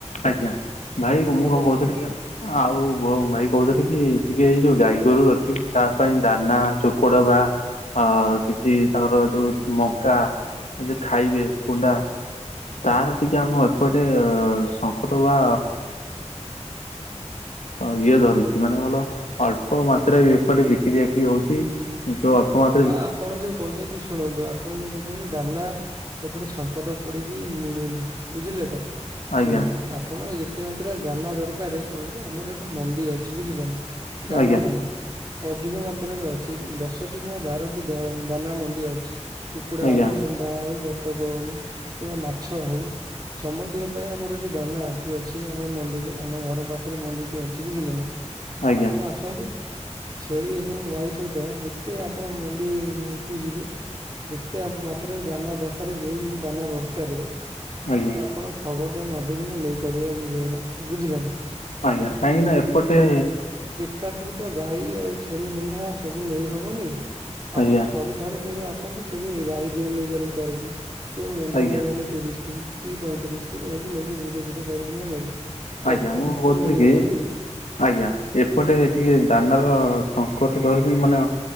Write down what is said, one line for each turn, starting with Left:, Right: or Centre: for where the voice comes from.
Left: ଆଜ୍ଞା ଭାଇ
Right: ଆଉ
Left: ମୁଁ କଣ କହୁଥିଲି
Right: କହୁଛନ୍ତି?
Left: କି ଆଉ ଭାଇ କହୁଥିଲି କି ଟିକେ ଏଇ ଯୋଉ ଗାଈ ଗୋରୁ ଅଛି ତା ପାଇଁ ଦାନା ଚୋକଡ ବା ଆ, କିଛି ତାଙ୍କର ଯୋଉ ମକା ଯୋଉ ଖାଇବେ କୁଣ୍ଡା ତାର
Right: ହୁଁ
Left: ଟିକେ ଆମ ଏପଟେ ସଙ୍କଟ ବା ହଁ ଇଏ ଧରୁଛି ମାନେକଣ କହିଲ ଅଳ୍ପ ମାତ୍ରାରେ ବି ଏପଟେ ବିକ୍ରିବାକି ହଉଛି। କିନ୍ତୁ ଅଳ୍ପ ମାଲ
Right: ବା ଆପଣ ଯୋଉ କହୁଛନ୍ତି ଶୁଣନ୍ତୁ। ଆପଣ ଯୋଉ କହୁଛନ୍ତି ଦାନା ସେପଟେ ସଙ୍କଟ ପଡିଛି ମିଳୁନି ବୁଝିଲେ ତ?
Left: ଆଜ୍ଞା
Right: ଶୁଣନ୍ତୁ ଆପଣ ଯେ ଏତେ ମାତ୍ରାରେ ଦାନା ଦରକାର ଶୁଣନ୍ତୁ ଆମର ଏଠି ମଣ୍ଡି ଅଛି ବୁଝିଲେ ନା ଦାନା
Left: ଆଜ୍ଞା
Right: ମଣ୍ଡି ଅଧିକ ମାତ୍ରାରେ ଅଛି ଦଶଟି କିମ୍ବା ବାରଟି ଦ ଦାନା ମଣ୍ଡି ଅଛି କୁକୁଡ଼ା
Left: ଆଜ୍ଞା
Right: ହେଉ ମେନ୍ କା ହଉ ବତକ ହଉ କିମ୍ବା ମାଛ ହଉ ସମତିଙ୍କ ପାଇଁ ଆମର ଏଠି ଦାନା ଏଠି ଅଛି ଆମର ମଣ୍ଡିରେ ଆମ ଘର ପାଖରେ ମଣ୍ଡିଟେ ଅଛି ବୁଝିଲେ ନା?
Left: ଆଜ୍ଞା
Right: ଆପଣ ଆସନ୍ତୁ ଛେଳି ଏବଂ ଗାଈ ସହିତ ଯେତ ଏତେ ଆପଣ ମଣ୍ଡିକୁ ଯିବେ। ଯେତେ ମାତ୍ରାରେ ଦାନା ଦରକାରେ ଯୋଉ ଯୋଉ ଦାନା ଦରକାରେ
Left: ଆଜ୍ଞା
Right: ଆପଣ ଶଗଡରେ ନଦୀ କିନା ନେଇପାରିବେ ନିଜ ଗ୍ରାମକୁ ବୁଝିଲେ ନା?
Left: ଆଜ୍ଞା କାହିଁକ ନା ଏପଟେ
Right: ଏକାଥରେତ ଗାଈ ଆଉ ଛେଳି ମେଣ୍ଢା ସବୁ ନେଇ ହବନି ଆପଣ
Left: ଆଜ୍ଞା
Right: ଥରେ ଥ ଥରେ କେବେ ଆସନ୍ତୁ କେବେ ଗାଈ ଦେଇ ନେଇଗଲେ ଚାରୋଟି କେବେ ମେଣ୍ଢା
Left: ଆଜ୍ଞା
Right: ନେଇଗଲେ ତିରିଶଟି। କି ପଇଁତିରିଶ ଟି ଏମିତି ନେବେ ଧୀରେ ଧୀରେ କରି କିନା ନେବେ ଆ
Left: ଆଜ୍ଞା
Right: ଏକାଥରେ
Left: ମୁଁ କହୁଥିଲି
Right: ତ ନେଇ
Left: କି
Right: ହବନି ନା
Left: ଆଜ୍ଞା, ଏପଟେ ଟିକେ ଦାନାର ସଙ୍କଟ ଧରୁଛି ମାନେ